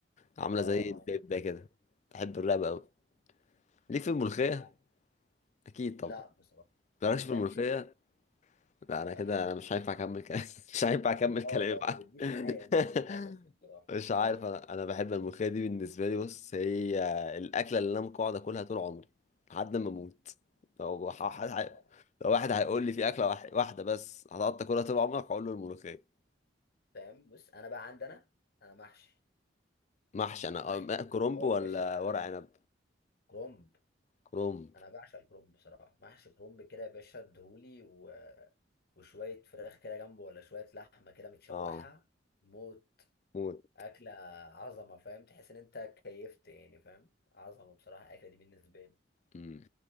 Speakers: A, on the left (about 40°); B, on the left (about 55°).
A: عامله
B: اه
A: زي البيبه
B: اه
A: كده بحب الرقبه قوي ليك في الملوخيه
B: مع-
A: اكيد طبعا
B: لا بصراحه
A: مالكش
B: الملوخيه
A: في الملوخيه
B: مش قد-
A: لا
B: لا
A: انا كده
B: <laughs>
A: انا مش هينفع اكمل كلام <laughs> مش هينفع اكمل
B: لا
A: كلامي
B: والله
A: معاك
B: ما بتجيش معايا ما بتجيش
A: <laughs>
B: معايا خالص بصراحه
A: مش
B: والله
A: عارف
B: العظيم
A: انا انا بحب الملوخيه دي بالنسبه لي بص هي الاكله اللي انا ممكن اقعد اكلها طول عمري لحد ما اموت لو ح-
B: سبحان
A: ح-
B: الله
A: ح- لو واحد هيقول لي في اكله واح- واحده بس هتقعد تاكلها طول عمرك هقول له الملوخيه
B: فاهم بص انا بقى عندنا انا محشي
A: محشي انا
B: محشي
A: أه، كرنب
B: اه
A: ولا
B: يا باشا
A: ورق عنب
B: كرومب
A: كرنب
B: انا بعشق الكرومب بصراحه محشي كرومب كده يا باشا ادهولي و... وشويه فراخ كده جنبه ولا شويه لحمه كده متشوحه
A: اه
B: موت
A: موت
B: اكله عظمه فاهم تحس ان انت كيفت يعني فاهم عظمه بصراحه الاكله دي بالنسبه لي
A: مم.